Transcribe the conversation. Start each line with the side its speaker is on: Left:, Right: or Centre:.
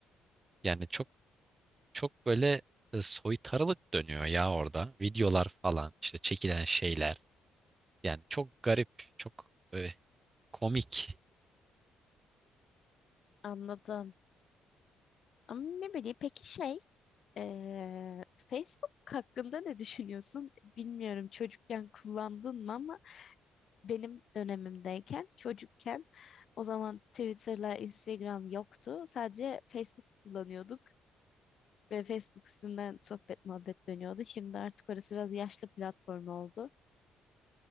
Right: Yani çok çok böyle e, soytarılık dönüyor ya orada. Videolar falan, işte çekilen şeyler. Yani çok garip, çok e, komik
Left: Anladım. Ama ne bileyim peki şey eee, Facebook hakkında ne düşünüyorsun? Bilmiyorum çocukken kullandın mı ama benim dönemimdeyken çocukken o zaman Twitter'la Instagram yoktu. Sadece Facebook kullanıyorduk. Ve Facebook üstünden sohbet muhabbet dönüyordu. Şimdi artık orası biraz yaşlı platform oldu.